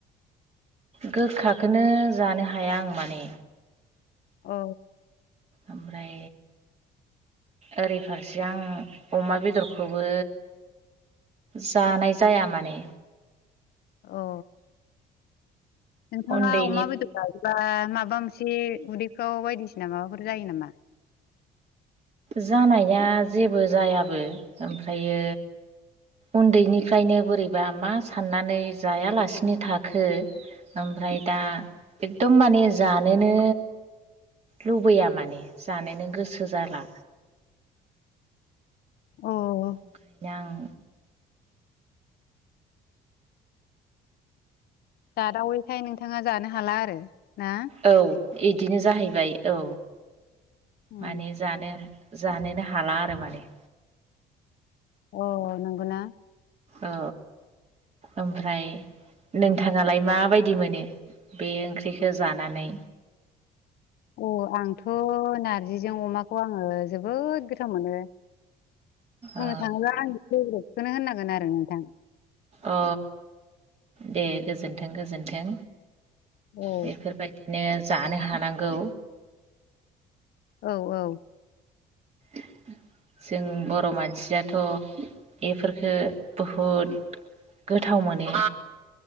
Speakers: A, on the right; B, on the left.
A: गोखाखोनो जानो हाया आं माने।
B: औ।
A: ओमफ्राय। ओरै फारसे आं अमा बेदरखौबो। जानाय जाया माने।
B: औ नोंथाङा
A: उन्दैनि
B: अमा बेदर जायोबा माबा मोनसे उदैफ्राव बायदिसिना माबाफोर जायो नामा?
A: जानाया जेबो जायाबो ओमफ्रायो उन्दैनिफ्रायनो बोरैबा मा साननानै जायालासिनो थाखो ओमफ्राय दा एकदम माने जानोनो लुबैया माने जानोनो गोसो जाला
B: अ
A: ओंखायनो आं
B: जादावैखाय नोंथाङा जानो हाला आरो। ना
A: औ इदिनो जाहैबाय औ।
B: उम
A: माने जानो जानोनो हाला आरो माने
B: अ नंगौना
A: औ ओमफ्राय नोंथाङालाय माबायदि मोनो बे ओंख्रिखौ जानानै?
B: औ आंथ' नारजिजों अमाखौ आङो जोबोद गोथाव मोनो। बुंनो
A: ओ
B: थाङोब्ला आंनि फेभरेटखौनो होननांगोन आरो नोंथां।
A: अ दे गोजोनथों गोजोन्थों।
B: औ
A: बेफोरबायदिनो जानो हानांगौ।
B: औ औ
A: <inaudible> जों बर' मानसियाथ' बेफोरफोरखौ बहुद गोथाव मोनो।